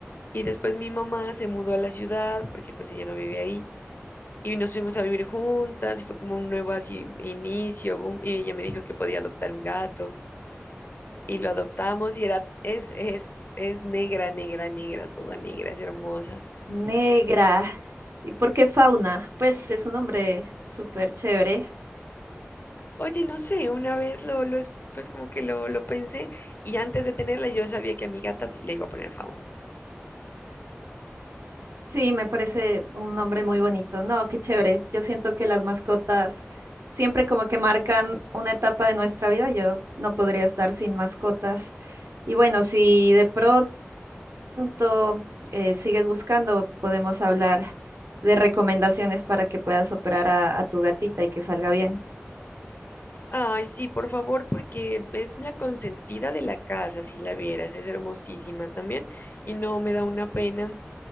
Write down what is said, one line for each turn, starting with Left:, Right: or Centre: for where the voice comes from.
Left: Y después mi mamá se mudó a la ciudad porque pues ella no vivía ahí y nos fuimos a vivir juntas y fue como un nuevo así inicio, boom, y ella me dijo que podía adoptar un gato y lo adoptamos y era, es, es, es negra, negra, negra, toda negra, es hermosa.
Right: Negra. ¿Y por qué Fauna? Pues es un nombre súper chévere.
Left: Oye, no sé, una vez lo, lo es- pues como que lo, lo pensé y antes de tenerla yo sabía que a mi gata sí le iba a poner fauna.
Right: Sí, me parece un nombre muy bonito. No, qué chévere. Yo siento que las mascotas siempre como que marcan una etapa de nuestra vida. Yo no podría estar sin mascotas. Y bueno, si de pronto punto eh, sigues buscando, podemos hablar de recomendaciones para que puedas operar a, a tu gatita y que salga bien.
Left: Ay, sí, por favor, porque es la consentida de la casa, si la vieras, es hermosísima también y no me da una pena.